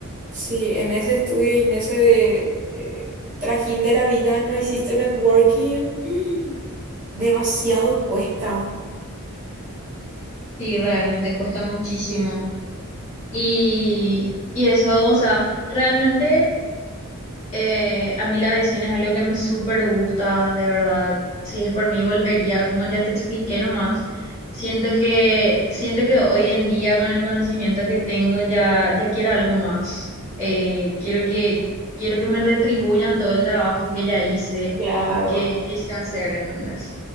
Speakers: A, on the right; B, on the left.
A: Sí, en ese estudio y en ese eh, trajín de la vida no hiciste networking. <gasps> Demasiado cuesta.
B: sí, realmente cuesta muchísimo. Y, y eso, o sea, realmente eh, a mí la aviación es algo que me súper gusta, de verdad. Si es por mí, volvería, como ya te expliqué nomás. Siento que, siento que hoy en día, con el conocimiento que tengo, ya, ya quiero algo más. Eh, quiero que, quiero que me retribuyan todo el trabajo que ya hice,
A: Claro.
B: que, que sé hacer, ¿entendés?